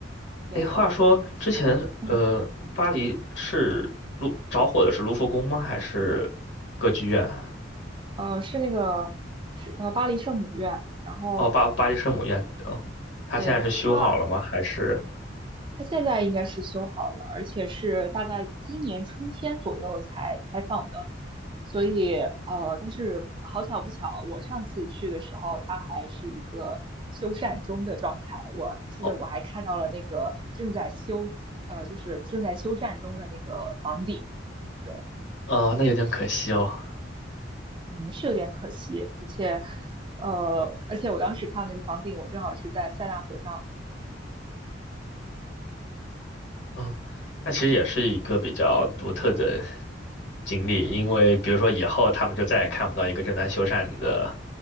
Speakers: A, on the right; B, on the left.
A: 对，
B: 哎，话说之前，
A: 嗯，
B: 呃，巴黎是卢着火的是卢浮宫吗？还是歌剧院？
A: 呃，是那个是呃巴黎圣母院，然后
B: 哦，巴巴黎圣母院。哦，它现在是修好了吗？
A: 对它
B: 还是？
A: 它现在应该是修好了，而且是大概今年春天左右才开放的，所以呃，但是好巧不巧，我上次去的时候，它还是一个修缮中的状态，我记得我还看到了那个正在修呃就是正在修缮中的那个房顶。
B: 哦，
A: 对。
B: 哦，那有点可惜哦。
A: 嗯，是有点可惜，而且，呃，而且我当时看那个房顶，我正好是在塞纳河上，
B: 嗯，那其实也是一个比较独特的经历，
A: 嗯，
B: 因为比如说以后他们就再也看不到一个正在修缮的